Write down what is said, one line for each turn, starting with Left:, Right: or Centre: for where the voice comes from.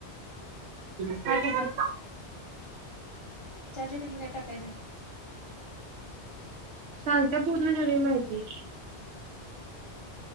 Right: <inaudible>
Left: चारज पडली टाकायच
Right: सांगत पूर्ण नवी माहिती